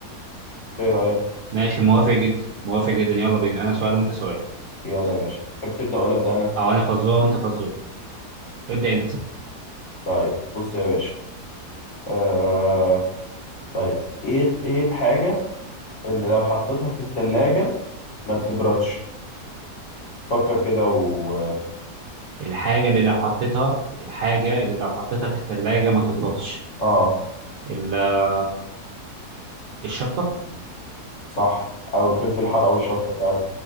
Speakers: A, on the left; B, on the right.
A: ايه رأيك
B: ماشي موافق جدا موافق جدا يلا بينا انا سؤال وانت سؤال
A: يلا يا باشا تحب تبدأ ولا أبدأ انا
B: او انا فزورة وانت فزورة ابدأ انت
A: طيب بص يا باشا آه طيب ايه ايه الحاجة اللي لو حطيتها في التلاجة ما بتبردش فكر كده و
B: الحاجة اللي لو حطيتها الحاجة اللي لو حطيتها في التلاجة ما تبردش
A: اه
B: ال- آه، الشطة
A: صح او الفلفل الحار او الشطة فعلا